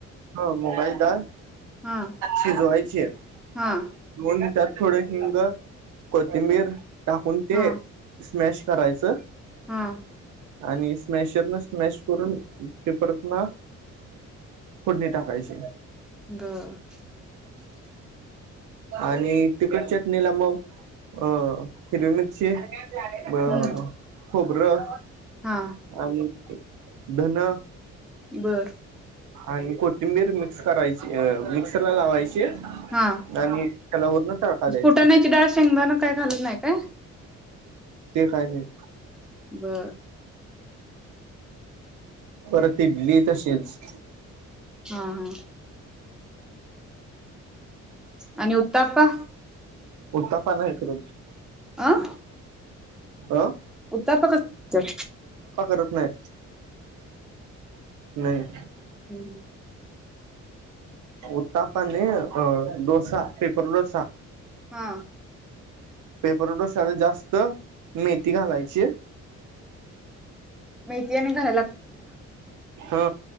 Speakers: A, on the right (about 75°); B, in the centre.
A: हो मोबाईल का?
B: हा
A: शिजवायचे <unintelligible>
B: हा
A: त्यात थोडे हिंग, कोथिंबीर, टाकून ते
B: हा
A: स्मॅश करायचं.
B: हा.
A: आणि स्मॅशर न स्मॅश करून ते परतना फोडणी टाकायचे.
B: ब <inaudible>
A: आणि तिकट च नलाम मऊ अ हिरवी मिरची <unintelligible> बरोबर
B: हम्म
A: खोबरं
B: हा
A: आणि धन
B: बर.
A: आणि कोथिंबीर मिक्स करायची. अ मिक्सरला लावायची
B: हा.
A: आणि त्याला वरन तडका द्यायचा
B: फुटाण्याची डाळ शेंगदाण काय घालत नाय काय?
A: ते काय नाही.
B: बर.
A: परत इडली तशीच
B: हा. हा. आणि उत्तापा?
A: उत्तप्पा नाही करू
B: अं
A: अं
B: उत्ताप कस? च
A: करत नाही नाही.
B: हम्
A: उत्तापाने अं डोसा, पेपर डोसा.
B: हा.
A: पेपरडोशाला जास्त मेथी घालायची.
B: मेथी आणि घाला
A: हा.